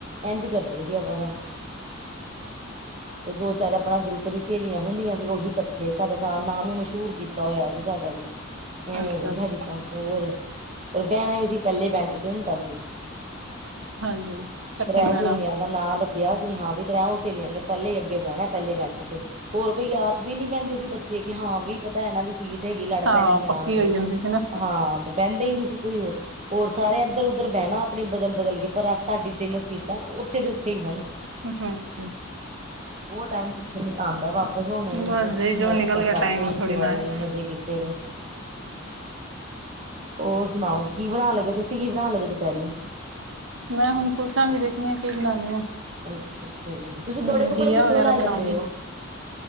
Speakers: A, on the right; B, on the right.
A: ਇੰਝ ਕਰਦੇ ਸੀ ਆਪਾਂ ਤਾਂ ਉਹ ਦੋ ਚਾਰ ਆਪਣਾ ਗਰੁੱਪ ਦੀ ਸਹੇਲੀਆਂ ਹੁੰਦੀਆਂ ਸੀ ਉਹੀ ਇਕੱਠੇ, ਸਾਡਾ ਨਾਮ ਈ ਮਸ਼ਹੂਰ ਕੀਤਾ ਹੋਇਆ ਸੀ ਸਾਡਾ ਐਵੇਂ
B: ਅੱਛਾ
A: ਸੀ ਸਾਡੀ
B: ਜੀ
A: ਤਾਂ ਹੋਰ ਪਰ ਬਹਿਣਾ ਵੀ ਅਸੀ ਪੈਲੇ ਬੈਂਚ ਤੇ ਹੁੰਦਾ ਸੀ।
B: ਹਾਂਜੀ ਇਕੱਠਾ
A: ਤ੍ਰੈ
B: ਹੀ ਬਹਿਣਾ
A: ਸਹੇਲੀਆਂ ਦਾ ਨਾਂ ਲਿਖਿਆ ਸੀ ਹਾਂ ਵੀ ਤ੍ਰੈਓ ਸਹੇਲੀਆਂ ਨੇ ਪੈਲੇ ਈ ਅੱਗੇ ਬਹਿਣਾ ਪੈਲੇ ਬੈਂਚ ਤੇ ਹੋਰ ਕੋਈ ਆਪ ਵੀ ਨੀ ਬਹਿੰਦੇ ਸੀ ਬੱਚੇ ਕਿ ਹਾਂ ਵੀ ਪਤੈ ਇਹਨਾਂ ਦੀ ਸੀਟ ਹੈਗੀ ਆ
B: ਹਾਂ
A: ਆਣਗੇ
B: ਪੱਕੀ ਹੋਈ ਜਾਂਦੀ ਸੀ ਨਾ
A: ਹਾਂ ਬਹਿੰਦੇ ਹੀ ਨਈ ਸੀ ਕੋਈ ਹੋਰ ਹੋਰ ਸਾਰੇ ਇੱਧਰ ਉਧਰ ਬਹਿਣਾ ਆਪਣੀ ਬਦਲ ਬਦਲ ਕੇ, ਪਰ ਸਾਡੀ ਤਿੰਨ ਸੀਟਾਂ ਉੱਥੇ ਦੇ ਉੱਥੇ ਹੀ ਸਨ।
B: ਹ ਹਮ ਹਾਂਜੀ।
A: ਉਹ ਟਾਈਮ ਕਿੱਥੇ ਆਂਦੈ ਵਾਪਸ ਹੁਣ
B: ਬਸ
A: ਜੇ
B: ਜੀ ਜੋ ਨਿਕਲ ਗਿਆ
A: ਕਰਤੇ
B: ਟਾਈਮ ਉਹ
A: ਇੰਜਵਾਏ
B: ਥੋੜ੍ਹੀ ਨਾ ਆਏਗਾ
A: ਮਜ਼ੇ ਕੀਤੇ ਹੋਰ ਸੁਣਾਓ, ਕੀ ਬਣਾ ਲਗੇ, ਤੁਸੀਂ ਕੀ ਬਣਾਣ ਲੱਗੇ ਦੁਪਹਿਰੀ?
B: ਮੈਂ ਹੁਣ ਸੋਚਾਂਗੀ ਦੇਖਣੀ ਆ ਕੀ ਬਣਾਨੀ ਆ।
A: ਅੱਛਾ ਅੱਛਾ ਜੀ,
B: ਹਮ
A: ਤੁਸੀਂ ਕੱਪੜੇ ਕੁੱਪੜੇ
B: ਘੀਆ
A: ਕਿੱਥੋ
B: ਵਗੈਰਾ
A: ਲੈ
B: ਬਣਾਉਂਗੀ
A: ਲੈਂਦੇ ਓ?